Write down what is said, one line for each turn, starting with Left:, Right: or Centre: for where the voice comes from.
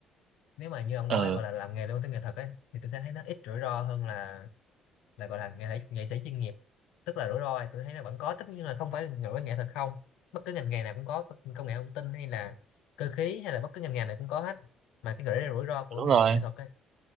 Left: nếu mà như ông nói
Right: ừ
Left: gọi là làm nghề luôn tới nghệ thuật ấy thì tôi sẽ thấy nó ít rủi ro hơn là là gọi là nghệ, sĩ- nghệ sĩ chuyên nghiệp tức là rủi ro thì tôi thấy nó vẫn có tất nhiên là không phải nổi nghệ thuật không bất cứ ngành nghề nào cũng có công nghệ thông tin hay là cơ khí hay là bất cứ ngành nghề nào cũng có hết mà cái gọi rủi ro của
Right: đúng
Left: nghề
Right: rồi
Left: nghệ thuật ấy,